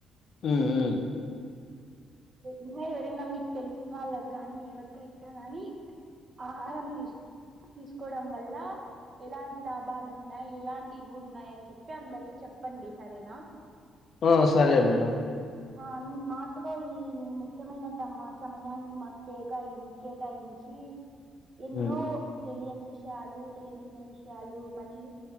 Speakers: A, on the left; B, on the right.
A: మ్మ్ హ్మ్
B: ఇంగ ఎవరైన మీకు తెలిసిన వాళ్ళకి గానీ ఎవరికైన కానీ ఆహారం తీష్ తీసుకోవడం వల్ల ఎలాంటి లాభాలు ఉన్నాయి ఎలాంటివి ఉన్నాయి అని చెప్పి అందరికి చెప్పండి సరేనా
A: ఆ సరే మేడం
B: ఆ మాతో ఈ మీ ముఖ్యమైన తమ సమయాన్ని మా తెకాయిం కేటాయించి ఎన్నో
A: హ్మ్.
B: తెలియనీ విషయాలు తెలిసిన విషయాలు మళ్ళీ